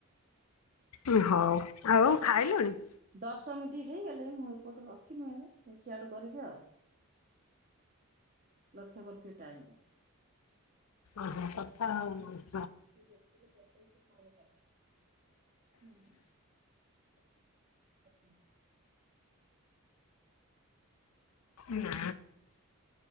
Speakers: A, on the left; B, on the right.
A: ଏ ହଉ, ଆଉ
B: ହଁ,
A: ଖାଇଲଣି?
B: ଦଶ ମିଣ୍ଟି ହେଇଗଲେ ମୁଁ ଏପଟର ରଖମେ ଏ ସିଆଡୁ କରିବି ଆ,। ଲକ୍ଷ୍ୟ କରଥିବେ ଟାଇମ୍ ଟା।
A: ଓହୋ! କଥା ହଉନ <inaudible>
B: ତୁ ଦେଖିକି ଦଶ ମିନିଟ୍ ପରେ କାଟିବୁ। <inaudible> ଆସୁନି
A: ନା